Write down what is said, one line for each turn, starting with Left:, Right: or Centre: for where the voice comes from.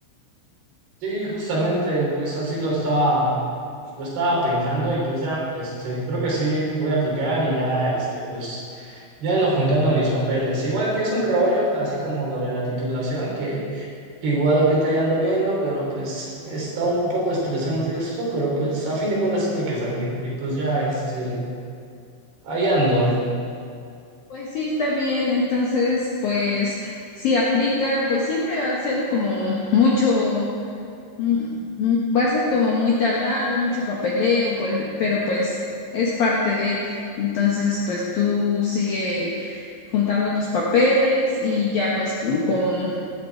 Right: Sí, justamente, pues así lo está Lo estaba pensando y pues ya, este, creo que sí voy a aplicar y ya, este, pues ya ando juntando mis papeles. Igual que es un rollo, así como lo de la titulación, que, que igual ahorita ya ando viendo, pero pues está un poco estresante eso, pero pues a fin de cuentas tiene que salir. Y pues ya, este, ahí ando.
Left: Pues sí, está bien. Entonces, pues sí aplica, pues siempre va a ser como mucho, mm, mm, va a ser como muy tardado, mucho papeleo, pues, pero pues es parte de, entonces, pues tú sigue juntando tus papeles y ya pues con, con-